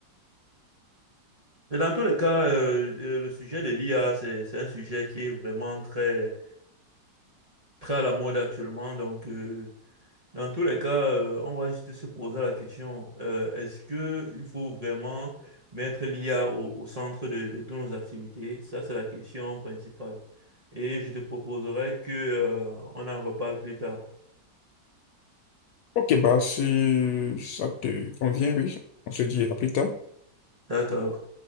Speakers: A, on the right; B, on the left.
A: Mais dans tous les cas, euh, euh, le sujet de l'IA, c'est, c'est un sujet qui est vraiment très, très à la mode actuellement. Donc, euh, dans tous les cas, euh, on va juste se poser la question, euh, est-ce que il faut vraiment mettre l'IA au, au centre de, de toutes nos activités? Ça, c'est la question principale. Et je te proposerai que, euh, on en reparle plus tard.
B: Ok, bah, si ça te convient, oui, on se dit à plus tard.
A: D'accord.